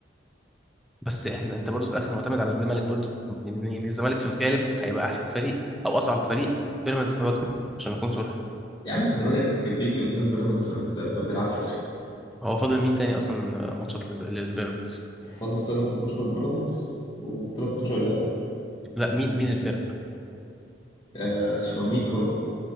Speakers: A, in the centre; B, on the left.
A: بس احنا انت برضه في الاخر معتمد على الزمالك برضه يعني الزمالك في الغالب هيبقى احسن فريق او اصعب فريق بيراميدز هيواجهه عشان نكون صراحه
B: يا عم الزمالك بيجي قدام بيراميدز ما بت- ما بيلعبش اصلا
A: هو فاضل مين تاني اصلا ماتشات للز- للبيراميدز
B: فاضل تلات ماتشات بيراميدز وتلات ماتشات الأهلي
A: لا مين مين الفرقة؟
B: آه سيراميكا